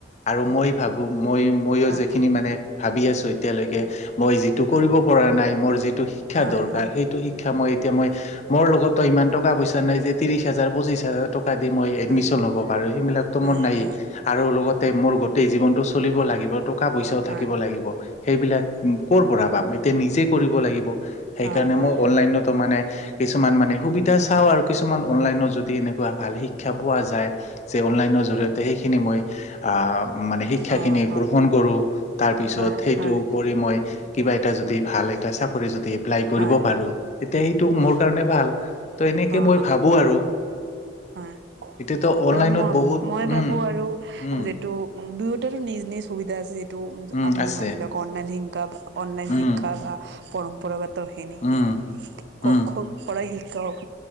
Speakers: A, on the left; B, on the right.
A: আৰু
B: হয়
A: মই ভাবো মই মইও
B: হয়
A: যিখিনি মানে ভাবি আছোঁ এতিয়ালৈকে। মই যিটো
B: হয়
A: কৰিব পৰা নাই মোৰ যিটো শিক্ষা
B: হয়
A: দৰকাৰ
B: হয়
A: সেইটো শিক্ষা মই। তেতিয়া মই মোৰ লগতো ইমান টকা পইচা নাই যে ত্ৰিশ হাজাৰ পঁচিশ হাজাৰ টক। কা দি মই এডমিছন
B: হয়
A: লব পাৰোঁ সেইবিলাকটো
B: হয়
A: মোৰ নাইয়ে
B: হয়
A: আৰু লগতে মোৰ গোটেই জীৱনটো। চলিব লাগিব টকা পইচাও
B: হয়
A: থাকিব লাগিব। সেইবিলাক ক'ৰ পৰা পাম এতিয়া নিজে কৰিব লাগিব সেইকাৰণে
B: হয় হয়
A: মই অনলাইনতো মানে। কিছুমান মানে সুবিধা চাওঁ আৰু কিছুমান অনলাইনত যদি এনেকুৱা ভাল শিক্ষা পোৱা যায় যে অনলাইনত। জৰিয়তে সিখিনি মই আ মান। শিক্ষাখিনি
B: অ
A: গ্ৰহণ
B: অ
A: কৰোঁ তাৰপিছত
B: হয়
A: সেইটো
B: হয়
A: কৰি মই। কিবা এটা যদি ভাল এটা চাকৰি যদি এপ্লাই কৰিব
B: হয়
A: পাৰোঁ। তেতিয়া সেইটো
B: অ
A: মোৰ কাৰণে ভাল ত' এনেকে
B: অ
A: মই ভাবোঁ আৰু।
B: হয়
A: এতিয়াতো অনলাইনত
B: আৰু মই
A: বহুত
B: মই ভাবোঁ
A: উম
B: আৰু
A: উম
B: যিটো দুয়ো। <unintelligible> নিজ নিজ সুবিধা আছে যিটো
A: উম
B: আপুনি
A: আছে
B: মানি লওক অনলাইন হিংসা। অনলাইন
A: উম
B: শিক্ষা বা পৰম্পৰাগতখিনি <unintelligible>
A: উম উম
B: পৰাই শিকাওঁক।